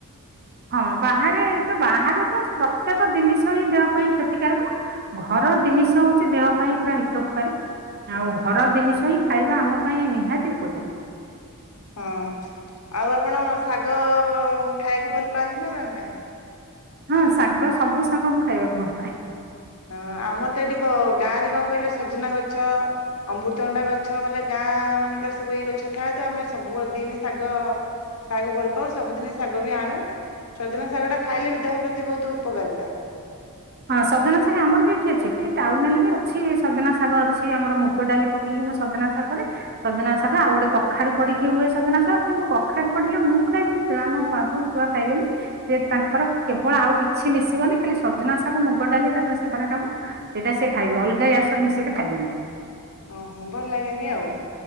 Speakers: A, on the right; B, on the left.
A: ହଁ ବାହାରେ ତ ବାହାରକୁ ପ୍ରତ୍ୟେକ ଜିନିଷ ହିଁ ଦେହ ପାଇଁ କ୍ଷତିକାରକ ଘ ର ଜିନିଷ ହୋଉଛି ଦେହ ପାଇଁ ପୁରା ହିତପକାରୀ ଆଉ ଘର ଜିନିଷ ହିଁ ଖାଇବା ଆମ ପାଇଁ ନିହାତି ଉପଯୋଗୀ।
B: ହଁ ଆଉ ଆପଣ ଶାଗ ଖାଇବାକୁ ଭଲ ପାଆନ୍ତି ନା ନା ନାଇଁ?
A: ହଁ ଶାଗ ସବୁ ଶାଗ ମୁଁ ଖାଇବାକୁ ଭଲ ପାଏ।
B: ହଁ ଆମର ତ ଏଠି ଗାଁ ରେ କଣ କହିଲେ ସଜନା ଗଛ ଅମୃତଭଣ୍ଡା ଗଛ ମାନେ ଗାଁ ଗାଁ ମାନଙ୍କରେ ସବୁ ଏଇ ଗଛ ଥାଏ ତ ଆମେ ସବୁବେଳେ ଦିନ ଶାଗ ଖାଇବାକୁ ଭଲ ପାଉ ସବୁଦିନ ଶାଗ ବି ଆଣୁ ସଜନା ଶାଗ ଟା ଖାଇଲେ ବି ଦେହ ପ୍ରତି ବହୁତ ଉପକାରିତା।
A: ହଁ ସଜନା ଶାଗ ଆମର ବି ଏଠି ଅଛିଠି ଟାଉନହେଲେବି ଅଛି ସଜନା ଶାଗ ଅଛି ଆମର ମୁଗ ଡାଲି ପକେଇ ସଜନା ଶାଗରେ ସଜନା ଶାଗ ଆଉ ଗୋଟେ କଖାରୁ ପଡିକି ହୁଏ ସଜନା ଶାଗ କିନ୍ତୁ କଖାରୁ ପଡିଲେ ମୁଁ ଖାଇ ଆମ ବାବୁ ଛୁଆ ଖାଇବେନି ସେ ତାଙ୍କର କେବଳ ଆଉ କିଛି ମିଶିବନି ଖାଲି ସଜନା ଶା ତାଙ୍କୁ ମୁଗ ଡାଲି ତାଙ୍କର ସେପାରେଟ ହବ ସେଇଟା ସେ ଖାଇବେ ଅଲଗା ଏଆଡୁ ସେୟାଡୁ ମିଶିଲେ ଖାଇବେନି।
B: ଓହୋ ଭଲ ଲାଗେନି ଆଉ।